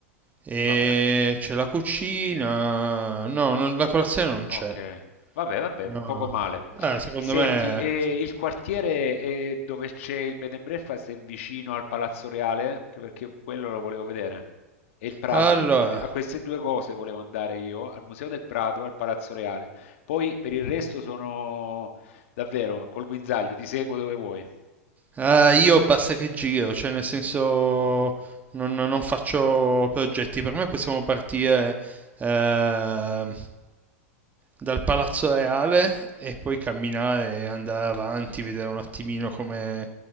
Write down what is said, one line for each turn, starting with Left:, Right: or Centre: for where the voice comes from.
Right: e
Left: Vabbè.
Right: c'è la cucina. No, non- la colazione non
Left: Okay.
Right: c'è.
Left: Vabbè, vabbè,
Right: No.
Left: poco male.
Right: Ah, secondo
Left: Senti,
Right: me...
Left: e il quartiere, ehm, dove c'è il bed and breakfast è vicino al Palazzo Reale? Anche perché quello lo volevo vedere. E il Prado,
Right: Allora,
Left: vole vole a queste 2 cose volevo andare io, al Museo del Prado e al Palazzo Reale. Poi per il resto sono davvero col guinzaglio, ti seguo dove vuoi.
Right: Ah, io basta che giro, cioè nel senso non, non faccio progetti, per me possiamo partire eh, dal Palazzo Reale e poi camminare, andare avanti, vedere un attimino come,